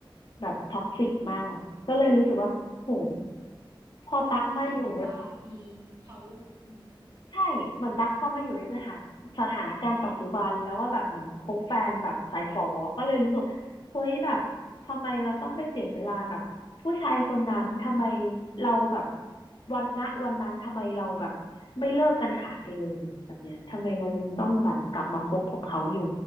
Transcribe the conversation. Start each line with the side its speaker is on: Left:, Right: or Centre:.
Left: แบบท็อกซิกมาก ก็เลยรู้สึกว่า โห
Right: อืม
Left: พอตักมาอยู่ใน
Right: รู้สึกเหมือนแบบว่ามีเขาอืม
Left: ใช่เหมือนตั๊กพอมาอยู่ในสถานสถานการณ์ปัจจุบันแล้วก็แบบเหมือนคบแฟนแบบสายฝอก็เลยรู้สึกเฮ้ยแบบทำไมเราต้องไปเสียเวลากับผู้ชายคนนั้นทำไมเราแบบวันณวันนั้นทำไมเราแบบไม่เลิกกันขาดไปเลยแบบเนี้ยทำไมเรายังต้องแบบกลับมาคบกับเขาอยู่
Right: อืม